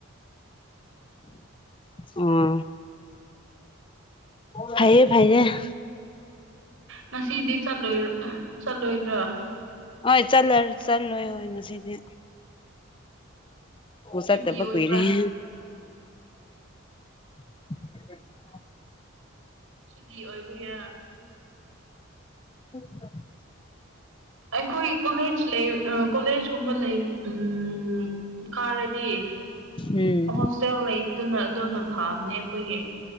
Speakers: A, on the left (about 25°); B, on the right (about 75°).
A: ꯎꯝ ꯐꯌꯦ ꯐꯥꯏꯌꯦꯅꯦ
B: ꯉꯁꯤꯗꯤ ꯆꯠꯂꯣꯏ ꯆꯠꯂꯣꯏꯗ꯭ꯔꯥ
A: ꯍꯣꯏ ꯆꯂ ꯆꯠꯂꯣꯏ ꯍ ꯉ ꯁꯤꯗꯤ ꯁꯥ
B: ꯁꯨꯇꯤ
A: ꯇꯕꯛ
B: ꯑꯣꯏꯕ꯭ꯔꯥ
A: ꯑꯣꯏꯏꯔꯦ ꯍ <inaudible>
B: ꯁꯨꯇꯤ ꯑꯣꯏꯕꯒꯔ
A: ꯎꯝ
B: ꯑꯩꯈꯣꯏ ꯀꯣꯂꯦꯖ ꯂꯩ ꯀꯣꯂꯦꯖ ꯀꯨꯝꯕ ꯂꯩꯔꯤ ꯎꯝ ꯀꯥꯔꯗꯤ
A: ꯎꯝ
B: ꯍꯣꯁꯇꯦꯜ ꯂꯩꯕꯗꯨꯅ ꯑꯗꯨꯅ ꯐꯕꯅꯦ ꯑꯩꯈꯣꯏꯒꯤ